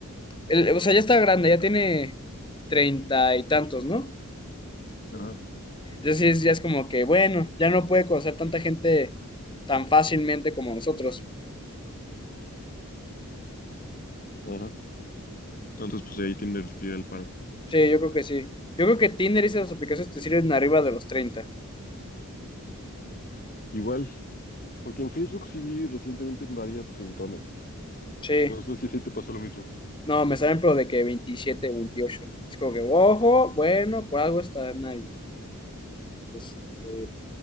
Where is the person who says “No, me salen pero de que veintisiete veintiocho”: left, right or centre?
Left